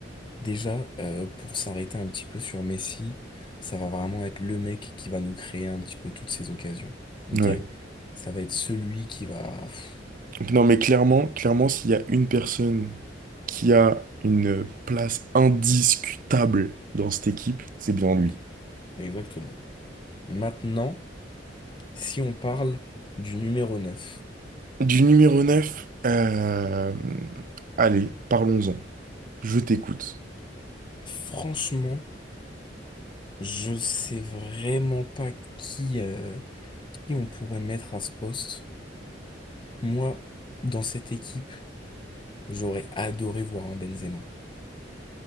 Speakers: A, on the left; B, on the right.
A: Déjà, euh, pour s'arrêter un petit peu sur Messi, ça va vraiment être le mec qui va nous créer un petit peu toutes ces occasions. Ok?
B: Ouais.
A: Ça va être celui qui va. Pff,
B: Donc non, mais clairement, clairement, s'il y a une personne qui a une place indiscutable dans cette équipe, c'est bien lui.
A: mm, Exactement. Maintenant, si on parle du numéro neuf,
B: Du numéro 9, euh, allez, parlons-en. Je t'écoute.
A: franchement, je sais vraiment pas qui, euh, qui on pourrait mettre à ce poste. Moi, dans cette équipe, j'aurais adoré voir un Benzema.